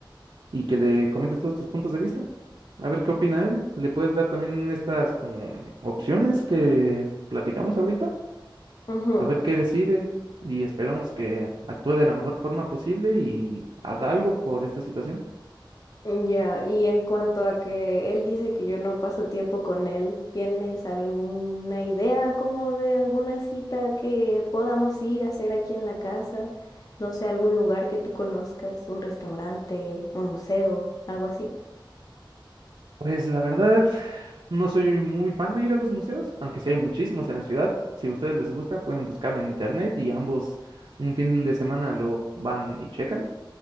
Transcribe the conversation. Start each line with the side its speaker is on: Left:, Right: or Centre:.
Right: y que le comentes todos tus puntos de vista. A ver qué opina él. Le puedes dar también estas como opciones que platicamos ahorita.
Left: Ujú.
Right: A ver qué decide y esperamos que actúe de la mejor forma posible y haga algo por esta situación.
Left: Ya, y en cuanto a que él dice que yo no paso tiempo con él, ¿tienes alguna idea como de alguna cita que podamos ir a hacer aquí en la casa? No sé, algún lugar que tú conozcas, un restaurante, un museo, algo así.
Right: Pues la verdad, no soy muy fan de ir a los museos, aunque sí hay muchísimos en la ciudad. Si a ustedes les gusta, pueden buscarlo en internet y ambos un fin de semana lo van y checan.